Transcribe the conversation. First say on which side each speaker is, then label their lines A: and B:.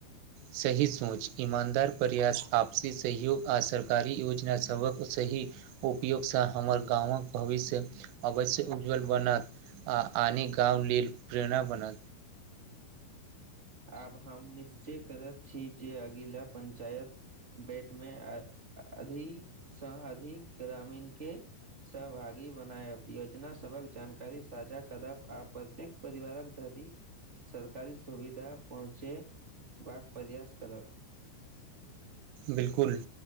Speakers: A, on the right; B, on the right.
A: सही सोच ईमानदार प्रयास आपसी सहयोग आ सरकारी योजना सबक सही उपयोगसँ हमर गामक भविष्य अवश्य उज्ज्वल बनत आ आने गाँव लल प्रेरणा बनत
B: आब हम निश्चय करैत छी जे अगिला पंचायत बेेट मे अधिक से अधिक ग्रामीण के सहभागी बनायब योजना सभक जानकारी साझा करब आ प प्रत्येक परिवारक धरी सरकारी सुवि घा पहुँचे बाक प्रयास करब
A: बिलकुल